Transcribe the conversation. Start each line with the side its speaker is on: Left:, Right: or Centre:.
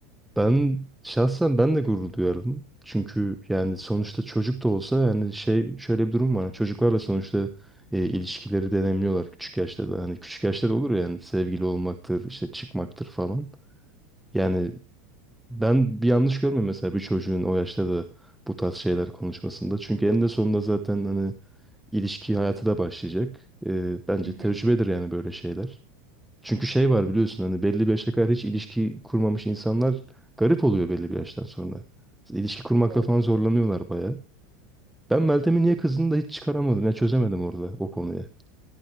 Centre: Ben şahsen ben de gurur duyardım. Çünkü yani sonuçta çocuk da olsa yani şey şöyle bir durum var. Hani Çocuklarla sonuçta e, ilişkileri denemiyorlar küçük yaşta da. Hani küçük yaşta da olur ya, yani sevgili olmaktır, işte çıkmaktır falan. Yani ben bir yanlış görmüyorum mesela bir çocuğun o yaşta da bu tarz şeyler konuşmasında. Çünkü eninde sonunda zaten hani ilişki hayatı da başlayacak. E, bence
Right: Hı hı.
Centre: tecrübedir yani böyle şeyler. Çünkü şey var biliyorsun hani belli bir yaşa kadar hiç ilişki kurmamış insanlar garip oluyor belli bir yaştan sonra. İlişki kurmakla
Right: Doğru.
Centre: falan zorlanıyorlar bayağı. Ben Meltem'in niye kızdığını da hiç çıkaramadım. Ya çözemedim orada o konuyu.